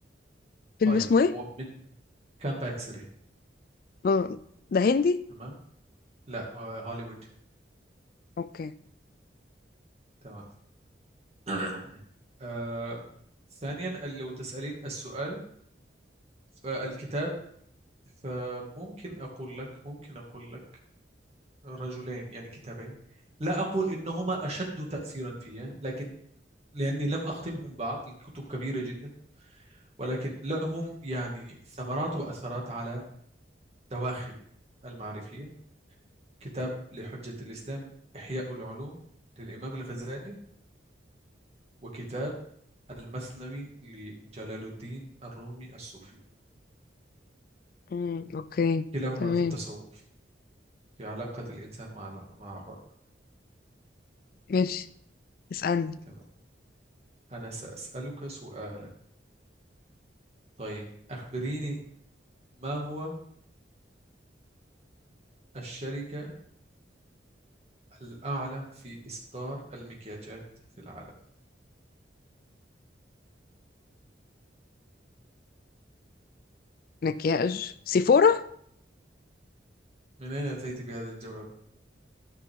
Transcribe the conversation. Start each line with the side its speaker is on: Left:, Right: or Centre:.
Left: فيلم
Right: طيب
Left: اسمه إيه؟
Right: ومن كامب سري
Left: آه، ده هندي؟
Right: تمام لا آه، هوليوود
Left: أوكي
Right: تمام <coughs> <laughs> آه ثانيا لو تسألين السؤال فالكتاب فممكن أقول لك ممكن أقول لك رجلين يعني كتابين لا أقول إنهما أشد تأثيرا في لكن لأني لم أختمهم بعد الكتب كبيرة جدا ولكن لهم يعني ثمرات وأثرات على دواخلي المعرفية كتاب لحجة الإسلام إحياء العلوم للإمام الغزالي وكتاب المثنوي لجلال الدين الرومي الصوفي
Left: مم. أوكي
Right: كلاهما
Left: تمام
Right: في التصوف في علاقة الإنسان مع الع- مع الرب
Left: ماشي اسألني
Right: تمام أنا سأسألك سؤالا طيب أخبريني ما هو الشركة الأعلى في إصدار المكياجات في العالم؟
Left: مكياج سيفورا
Right: من أين أتيت بهذا الجواب؟